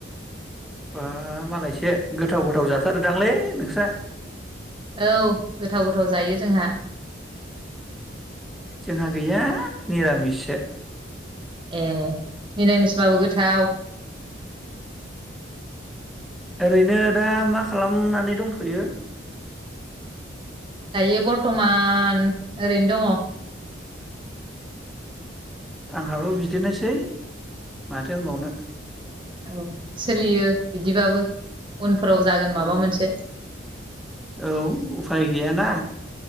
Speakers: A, in the centre; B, on the right.
A: बा मालायसो गोथाव गोथाव जाथारोदांलै नोंस्रा।
B: औ गोथाव गोथाव जायो जोंहा।
A: जोंहा गैया निरामिससो।
B: ए मिरामिस बाबो गोथाव।
A: ओरैनो दा मा खालामनानै दंथ'यो?
B: दायो बर्टमान ओरैनो दङ।
A: आंहाबो बिदिनोसै माथो होनबावनो।
B: औ सोलियो बिदिबाबो। उनफोराव जागोन माबा
A: औ
B: मोनसे।
A: औ उफाय गैयाना।